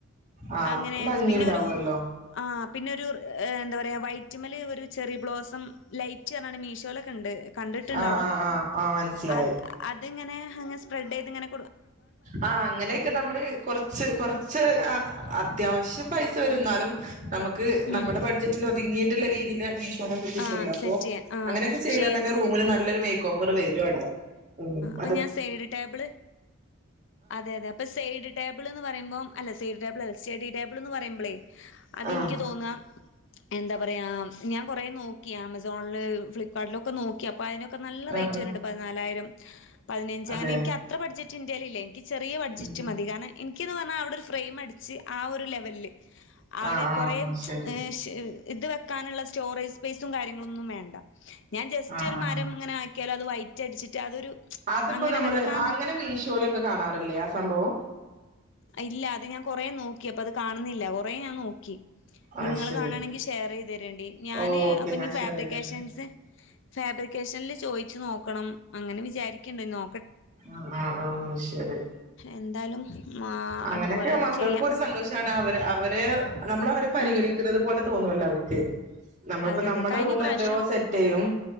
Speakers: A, on the right; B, on the left.
A: ആഹ്
B: അങ്ങനെ
A: ഭംഗിണ്ടാവുല്ലോ
B: പിന്നൊരുപ്പാ ആ പിന്നൊരു ആ എന്താ പറയാ വൈറ്റ്മ്മല് ഒരു ചെറി ബ്ലോസം ലൈറ്റ്ർഞ്ഞാണ്ട്‌ മീഷോലെക്കെണ്ട്‌. കണ്ട്ട്ട്ണ്ടാവും
A: ആഹ് ആഹ് ആഹ് ആഹ് മനസ്സിലായി
B: അത് അത്ങ്ങനെ അങ്ങ സ്പ്രെഡെയ്ത്ങ്ങനെ
A: ആ അങ്ങനെയൊക്കെ നമ്മള് കൊറച്ച് കൊറച്ച് ആ അത്യാവ ശ്യം പൈസ വരുന്നാലും നമ്മ ക്ക്
B: ഉം
A: നമ്മടെ ബഡ്ജറ്റിന് ഒതുങ്ങിയിട്ട്ള്ള രീതിയില് മീഷോന്നൊക്കെ കിട്ടൊല്ലോ
B: ആ
A: അപ്പോ
B: സെറ്റ് ചെയ്യാം ആ
A: അങ്ങനെയൊക്കെ ചെയ്താ
B: പക്ഷേ ഈ
A: തന്നെ റൂമിന് നല്ലൊരു മേക്കോവറ് വരും അവ്ടെ
B: ഇപ്പ ഞാൻ സൈഡ് ടേബിള് അതെ അതെ അപ്പ സൈഡ് ടേബിള്ന്ന് പറയുമ്പോ അല്ല സൈഡ് ടേബ്ളല്ല സ്റ്റഡിടേബിള്ന്ന് പറിമ്പളേ അതിന്ക്കി
A: ആഹ്
B: തോന്നാ എന്താ പറയാ ഞാൻ കൊറേ നോക്കി ആമസോണ്ല് ഫ്ലിപ്കാർട്ടിലൊക്കെ നോക്കിയാ ക്ക നല്ല റേറ്റ്
A: ആഹ് ആഹ്
B: വര്ന്ന്ണ്ട് പതിനാലായിരം പതിനഞ്ച്
A: അതെ
B: അങ്ങനെ ഇന്ക്ക് അത്ര ബഡ്ജറ്റ് ഇന്റേലില്ല ഇന്ക്ക് ചെറിയ ബഡ്ജറ്റ്
A: ഉം ഉം
B: മതി കാരണം ഇന്ക്ക് പറ്ഞ്ഞാ അവ്ടെ ഒരു ഫ്രെയിം അടിച്ച് ആ ഒരു ലെവല്ല് അവിടെ
A: ആഹ് ആഹ്
B: കൊറേ
A: ശരി
B: ഏ ശെ ഇത് വെക്കാനുള്ള സ്റ്റോറേജ് സ്പേസും കാര്യങ്ങളും ഒന്നും വേണ്ട ഞാൻ ജസ്റ്റ്
A: ആഹ്
B: ഒരു
A: ആഹ്
B: മരം ആക്കിയാലത് വൈറ്റ് അടിച്ചിട്ട് അതൊരു
A: അതിപ്പോ
B: അങ്ങനെ
A: നമ്മള്
B: വെക്കാന്ന്
A: അങ്ങനെ മീശോലൊക്കെ കാണാറില്ലേ ആ സംഭവം
B: ഇല്ല അത് ഞാൻ കൊറെ നോക്കി അപ്പൊ അത് കാണുന്നില്ല കൊറേ ഞാൻ നോക്കി
A: അത്
B: നിങ്ങള്
A: ശരി
B: കാണണെങ്കിൽ ഷെയറയ്തരേണ്ടി ഞാന്
A: ഓക്കെ
B: അപ്പൊ
A: ഞാൻ
B: ഞി
A: ഷെയർ
B: ഫാബ്രിക്കേഷൻസ്
A: ചെയ്തരണ്ട്
B: ഫാബ്രിക്കേഷനിൽ ചോയിച്ച് നോക്കണം. അങ്ങനെ വിചാരിക്ക്ണ്ട് നോ
A: ആ ആ ആഹ് ശരി
B: എന്തായാലും ആ
A: അങ്ങനെയൊക്കെ
B: അതുപോലെ
A: മക്കൾക്കൊരു
B: ചെയ്യാം
A: സന്തോഷാണ് അവര് അവ ഏഹ് നമ്മള അവരെ പരിഗണിക്കുന്നത്
B: ഉം
A: പോലെ തോന്നു വല്ലോ അവര്ക്ക് നമ്മളിപ്പോ
B: അതെ
A: നമ്മുടെ
B: അതെ കഴിഞ്ഞ
A: റൂം
B: പ്രാവശ്യം
A: എത്രയോ സെറ്റെയ്യും